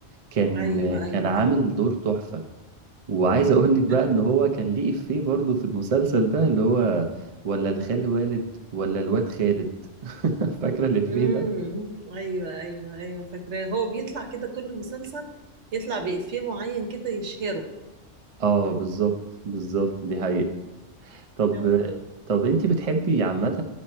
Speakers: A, on the right (about 40°); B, on the right (about 70°).
A: كان
B: أيوه
A: كان
B: أيوه
A: عامل
B: أيوه
A: دور تحفة وعايز أقول لك بقى
B: أنا
A: إن هو كان ليه إفيه برضه في المسلسل ده اللي هو ولا
B: مم.
A: الخال والد ولا الواد خالد <laughs> فاكرة الإفيه
B: امم
A: ده؟
B: ايوه ايوه ايوه فاكراه هو بيطلع كده كل مسلسل يطلع بإفيه معين كده يشهره
A: آه بالظبط بالظبط دي حقيقة طب
B: اه
A: طب أنت بتحبي عامة